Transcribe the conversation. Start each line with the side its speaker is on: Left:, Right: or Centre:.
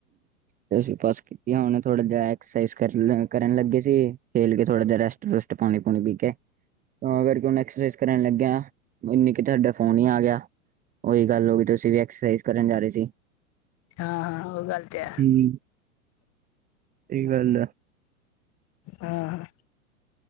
Right: ਕੈਸੇ ਪਾਸ ਕਿਆ। ਵਧੀਆ ਹੁਣ ਥੋੜਾ ਜਿਹਾ ਐਕਸਰਸਾਈਜ਼ ਕਰਨ ਕਰਨ ਲੱਗੇ ਸੀ ਖੇਲ ਕੇ ਥੋੜਾ ਜਿਹਾ ਰੈਸਟ ਰੁਸਟ ਪਾਣੀ ਪਾਉਣੀ ਪੀ ਕੇ। ਤਾਂ ਕਰਕੇ ਹੁਣ ਐਕਸਰਸਾਈਜ਼ ਕਰਨ ਲੱਗਿਆ। ਇਨੀ ਕਿ ਤੁਹਾਡਾ ਫੋਨ ਹੀ ਆ ਗਿਆ। ਉਹੀ ਗੱਲ ਹੋਗੀ ਹੈ। ਤੁਸੀਂ ਵੀ ਐਕਸਰਸਾਈਜ਼ ਕਰਨ ਜਾ ਰਹੇ ਸੀ।
Left: ਹਾਂ ਹਾਂ ਉਹ ਗੱਲ ਤੇ ਹੈ।
Right: ਹਮ ਸਹੀ ਗੱਲ ਹੈ
Left: ਹਾਂ ਹਾਂ।